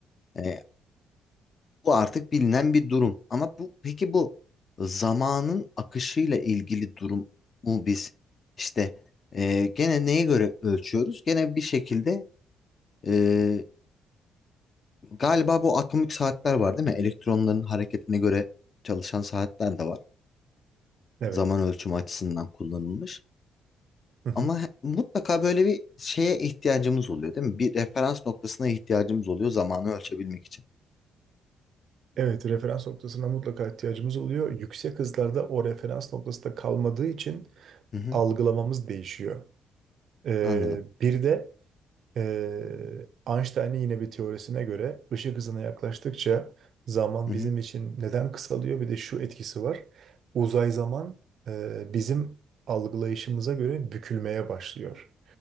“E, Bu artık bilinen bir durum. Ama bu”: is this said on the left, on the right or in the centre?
Left